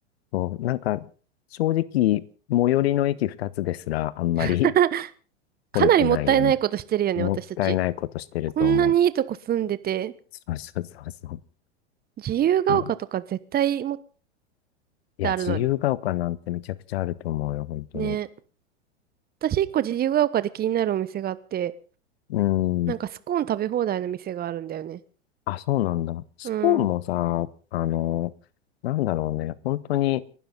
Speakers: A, on the left; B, on the right.
A: そう、なんか、正直、最寄りの駅二つですら、あんまり
B: <laughs>
A: <laughs>
B: かなりもったいないことしてるよね、
A: 来れてないよね。もったいないことしてると思う。
B: 私たち。こんなにいいとこ住んでて、
A: そうそうそうそ
B: 自由が丘とか絶対もっ
A: う。まあ、いや、
B: てあるのに。
A: 自由が丘なんてめちゃくちゃあると思うよ、本当に。
B: ね。私一個自由が丘で気になるお店があって、
A: うん。
B: なんかスコーン食べ放題の店があるんだよね。
A: あ、そうなんだ。スコーンもさ、
B: うん。
A: あの、なんだろうね。本当に、